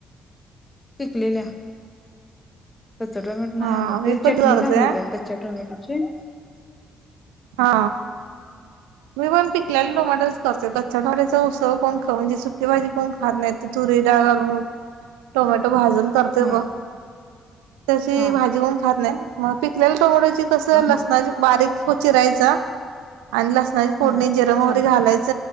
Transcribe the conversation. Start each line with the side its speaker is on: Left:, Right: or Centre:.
Left: पिकलेल्या कच्चा टोमॅटो नाही
Right: हा
Left: आणत
Right: मी
Left: त्याची
Right: पण
Left: चटणी
Right: करतोय
Left: चांगली होती कच्च्या टोमॅटोची
Right: हा. मी पण पिकलेला टोमॅटो करतोय. कच्चा टोमॅटच उसळ कोण खात नाहीत म्हणजे सुकी भाजी कोण खात नाही तु डाळ घालून टोमॅटो भाजून करतेय
Left: हा
Right: बघ तशी
Left: हा
Right: भाजी कोन खात नाही. मग पिकलेल्या टोमॅटोची कस
Left: हा
Right: लसणाची बारीक बारीक चिरायचा आणि लसणाची फोडणी
Left: हा
Right: जीरे मोहरी
Left: थांबा
Right: वगैरे घालायच.